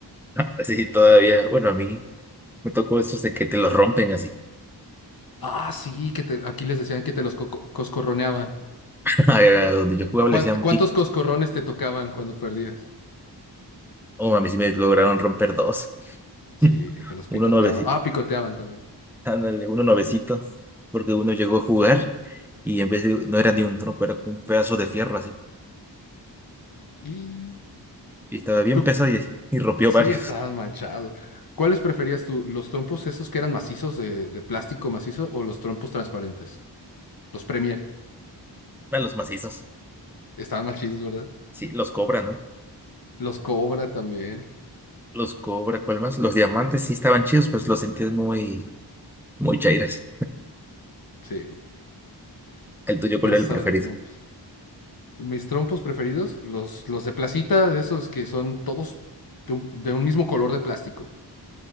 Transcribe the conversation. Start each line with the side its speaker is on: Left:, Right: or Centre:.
Centre: <laughs> Sí, todavía, bueno, a mí me tocó esos de que te los rompen así.
Left: Ah, sí, que te- aquí les decían que te los co- co- coscorroneaban.
Centre: <laughs> A donde yo jugaba
Left: ¿Cuánt-
Centre: le decían
Left: ¿Cuántos
Centre: pic.
Left: coscorrones te tocaban cuando perdías?
Centre: Oh, a mí sí me lograron romper dos.
Left: Sí,
Centre: <laughs>
Left: que te los picoteaban.
Centre: Uno nuevecito,
Left: Ah, picoteaban también.
Centre: ándale, uno nuevecito, porque uno llegó a jugar y en vez de, no era ni un trompo, era como un pedazo de fierro así.
Left: Y
Centre: Y estaba bien
Left: tú
Centre: pesado y, y rompió
Left: sí
Centre: varios.
Left: estabas manchado. ¿Cuáles preferías tú? ¿Los trompos esos que eran macizos de, de plástico macizo o los trompos transparentes? Los Premier.
Centre: <laughs> A los macizos.
Left: Estaban más chidos, ¿verdad?
Centre: Sí, los cobran, no
Left: Los Cobra también.
Centre: Los cobra, ¿cuál más? Los diamantes sí estaban chidos, pues los sentías muy, muy chairas.
Left: Sí.
Centre: El tuyo,
Left: Eras,
Centre: ¿cuál era
Left: sabes,
Centre: el preferido?
Left: de trompos. Mis trompos preferidos, los, los de placita, de esos que son todos de un, de un mismo color de plástico,